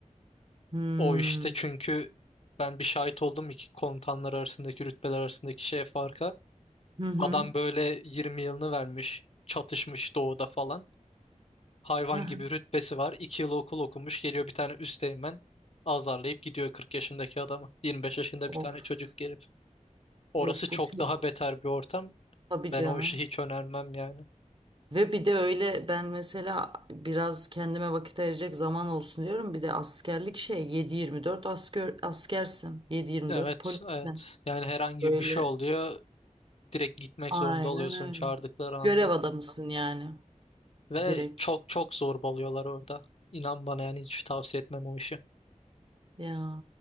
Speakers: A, on the right; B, on the left.
A: Hmm.
B: O işte
A: Hı
B: çünkü ben bir şahit oldum iki komutanlar arasındaki rütbeler arasındaki şeye farka.
A: hı.
B: Adam böyle 20 yılını vermiş, çatışmış doğuda falan. Hayvan
A: Hı hı.
B: gibi rütbesi var. 2 yıl okul okumuş. Geliyor bir tane üsteğmen azarlayıp gidiyor 40 yaşındaki adamı. 25 yaşında
A: Of.
B: bir tane çocuk gelip. Orası
A: Yok
B: çok
A: bu çok.
B: daha beter bir ortam.
A: Tabii
B: Ben
A: canım.
B: o işi hiç önermem yani.
A: Ve bir de öyle ben mesela biraz kendime vakit ayıracak zaman olsun diyorum. Bir de askerlik şey yedi yirmi dört asker, askersin. yedi yirmi
B: Evet,
A: dört polissin.
B: evet. Yani herhangi
A: Böyle
B: bir şey oluyor. Direkt gitmek
A: aynen
B: zorunda oluyorsun
A: öyle.
B: çağırdıkları
A: Görev
B: anda.
A: adamısın yani
B: Ve
A: direkt.
B: çok çok zorbalıyorlar orada. İnan bana yani hiç tavsiye etmem o işi.
A: Ya